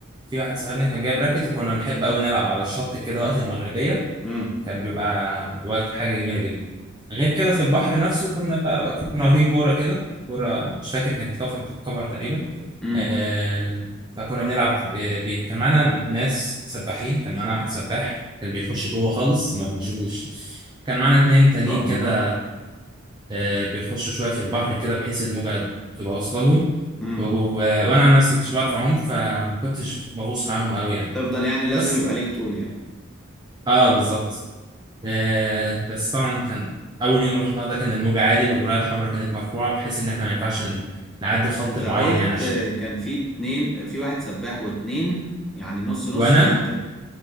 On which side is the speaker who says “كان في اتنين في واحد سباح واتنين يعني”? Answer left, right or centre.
Centre